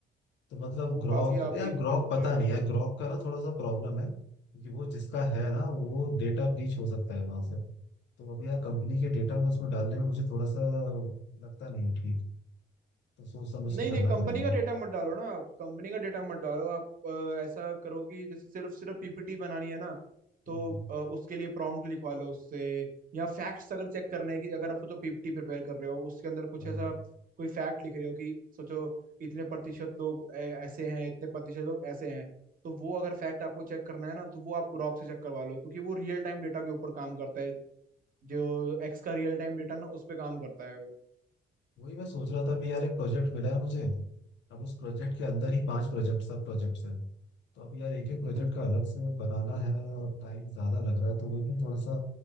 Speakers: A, on the left; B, on the right.
A: तो मतलब
B: वो
A: ग्रॉक
B: काफी आपकी
A: यार ग्रॉक
B: हेल्प
A: पता
B: करेगा
A: नहीं यार ग्रॉक का ना थोड़ा सा प्रॉब्लम है क्योंकि वो जिसका है ना वो डेटा ब्रीच हो सकता है वहां से तो अभी यार कंपनी के डेटा में उसमें डालने में मुझे थोड़ा सा लगता नहीं ठीक तो सोच समझ
B: नहीं
A: के करना
B: नहीं कंपनी
A: पड़ेगा
B: का डेटा मत डालो ना आप कंपनी का डेटा मत डालो आप अ, ऐसा करो कि जैसे सिर्फ सिर्फ पीपीटी बनानी है ना तो
A: हम्म,
B: अ, उसके लिए प्रॉम्प्ट लिखवा लो उससे या फैक्ट्स अगर चेक करने की अगर आप सोचो पीपीटी प्रिपेयर कर रहे हो उसके अंदर कुछ
A: हाँ
B: ऐसा कोई फैक्ट लिख रहे हो कि सोचो इतने प्रतिशत लोग अ, ऐसे हैं इतने प्रतिशत लोग ऐसे हैं तो वो अगर फैक्ट आपको चेक करना है ना तो वो आप ग्रॉक से चेक करवा लो क्योंकि वो रियल टाइम डेटा के ऊपर काम करता है जो एक्स का रियल टाइम डेटा ना उस पर काम करता है वो
A: वही मैं सोच रहा था अभी यार एक प्रोजेक्ट मिला है मुझे अब उस प्रोजेक्ट के अंदर ही पांच प्रोजेक्ट सब प्रोजेक्ट्स हैं तो अब यार एक एक प्रोजेक्ट
B: हम्म
A: का अलग से बनाना है और टाइम ज्यादा लग रहा है तो वही मैं थोड़ा सा